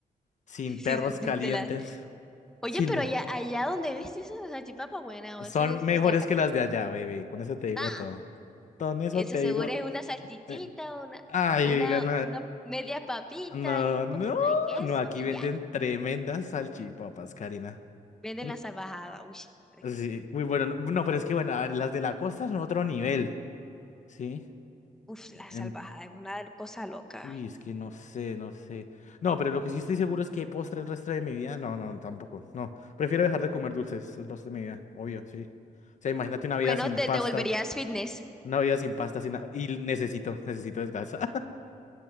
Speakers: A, in the centre; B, on the left.
A: <laughs>
B: sin
A: sí,
B: perros
A: de
B: calientes,
A: de la... Oye,
B: sin...
A: pero allá, allá donde viste esa salchipapa buena, o
B: Son
A: sea, es,
B: mejores
A: es la
B: que las de allá, baby. Con eso te digo
A: cachetada.
B: todo. Con eso
A: Eso
B: te
A: seguro
B: digo...
A: es una salchichita,
B: eh,
A: una,
B: Ay,
A: una,
B: oigan,
A: una media papita
B: No,
A: y un
B: no,
A: poquito de queso
B: no, aquí
A: y
B: venden
A: ya.
B: tremendas salchipapas, Karina.
A: Venden
B: Mm,
A: la salvajada. Uy, qué rico.
B: Sí, muy bueno, no, no, pero es que bueno, a ver, las de la costa son otro nivel, ¿sí?
A: Uf, la
B: En-
A: salvajada es una cosa loca.
B: uy, es que no sé, no sé. No, pero lo que sí estoy seguro es que postre el resto de mi vida, no, no, tampoco, no. Prefiero dejar de comer dulces el resto de mi vida, obvio, sí. O sea, imagínate una vida
A: Bueno,
B: sin
A: te,
B: pasta,
A: te volverías fitness.
B: una vida sin pasta, sin nada, y necesito, necesito descansar.